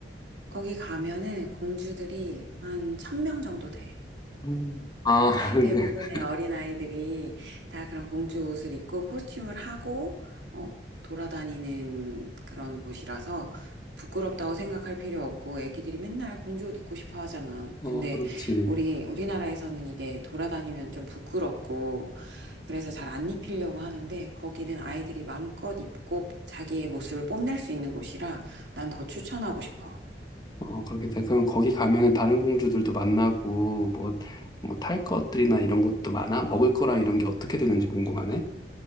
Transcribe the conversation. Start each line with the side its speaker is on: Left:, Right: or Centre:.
Right: 거기 가면은 공주들이 한 천명 정도 돼.
Left: 음. 아, <laughs>
Right: 대부분의 어린아이들이 다 그런 공주 옷을 입고 코스튬을 하고, 어, 돌아다니는 그런 곳이라서 부끄럽다고 생각할 필요 없고, 애기들이 맨날 공주 옷 입고 싶어 하잖아.
Left: 어,
Right: 근데
Left: 그렇지.
Right: 우리, 우리나라에서는 이게 돌아다니면 좀 부끄럽고, 그래서 잘 안 입히려고 하는데, 거기는 아이들이 마음껏 입고 자기의 모습을 뽐낼 수 있는 곳이라 난 더 추천하고 싶어.
Left: 어, 그렇겠다. 그럼 거기 가면은 다른 공주들도 만나고, 뭐, 뭐 탈 것들이나 이런 것도 많아? 먹을 거랑 이런 게 어떻게 되는지 궁금하네?